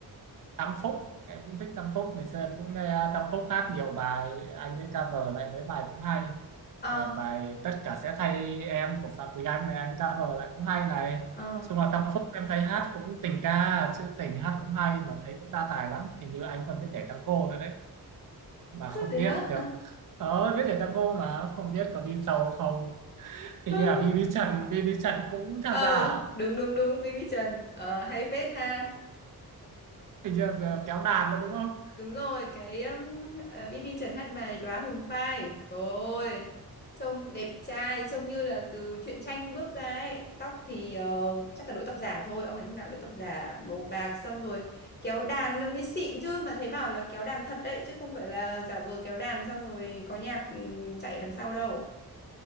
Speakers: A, on the right; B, on the left.
A: Tăng Phúc em cũng thích Tăng Phúc ngày xưa em cũng nghe Tăng Phúc hát nhiều bài anh ấy cover lại mấy bài cũng hay
B: Ờ
A: Ờ, bài Tất cả sẽ thay em của Phạm Quỳnh Anh này anh cover lại cũng hay này
B: ờ
A: chung là Tăng Phúc em thấy hát cũng tình ca chứ tình hát cũng hay mà thấy cũng đa tài lắm hình như anh còn biết nhảy tango nữa đấy mà không
B: thế
A: biết
B: á
A: được ờ biết nhảy tango mà không biết có đi sâu không hình
B: <laughs>
A: như là BB Trần BB Trần cũng tham
B: ờ
A: gia hả
B: đúng đúng đúng BB Trần ờ, hay phết ha
A: hình như là kéo đàn nữa đúng không
B: đúng rồi cái um, ờ, BB Trần hát bài Đóa Hồng Phai trời ơi trông đẹp trai trông như là từ truyện tranh bước ra ấy tóc thì ờ, chắc là đội tóc giả thôi ông này lúc nào cũng đội tóc giả màu bạc xong rồi kéo đàn nữa mới xịn chứ mà thấy bảo là kéo đàn thật đấy chứ không phải là giả vờ kéo đàn xong rồi có nhạc ừm, chạy ở đằng sau đâu <laughs>